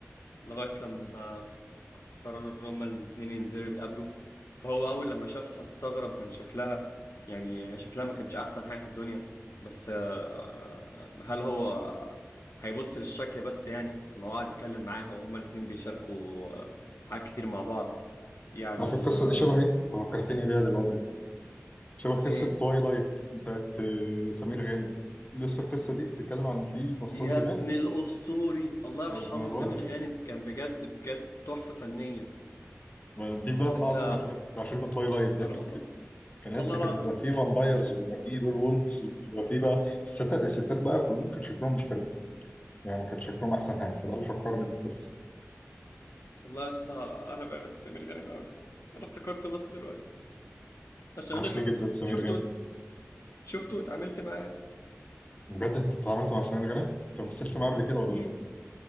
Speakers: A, on the left (about 70°); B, on the left (about 30°).
A: لغاية لما قرروا هما الاتنين ينزلوا يتقابلوا فهو أول لما شافها استغرب من شكلها يعني شكلها ما كانش أحسن حاجة في الدنيا بس آه، آه، هل هو آه، هيبص للشكل بس يعني ما هو قاعد يتكلم معاها وهما الاتنين بيشاركوا آه، حاجات كتير مع بعض يعني
B: على فكره القصه
A: آه،
B: دي شبه ايه؟ انت فكرتني بيها دلوقتي شبه قصه
A: إيه
B: توايلايت بتاعت آه، سمير غانم لسه القصه دي بتتكلم عن في مصاص
A: يا
B: دماء
A: ابن الأسطوري الله
B: ولا-
A: يرحمه
B: ما انا بقول
A: سمير
B: لك
A: غانم كان بجد بجد تحفة فنية
B: ما دي بقى من
A: أنت
B: اعظم افلام بتاع فيلم توايلايت ده
A: أنا
B: كان
A: والله
B: كان
A: والله
B: لسه
A: العظيم
B: كان بيبقى فيه فامبايرز وبيبقى فيه وير وولفز وبيبقى فيه بقى الستات الستات بقى كلهم كان شكلهم مش حلو يعني ما كان شكلهم احسن حاجه فده اللي فكرني بالقصه
A: والله لسه انا بحب سمير غانم قوي انا افتكرت بس دلوقتي عشان
B: وحشني
A: انا شفته
B: جدا سمير
A: شفته
B: غانم
A: شفته واتعاملت معاه
B: بجد انت اتعاملت مع سمير غانم؟ انت مثلت معاه قبل كده ولا
A: امم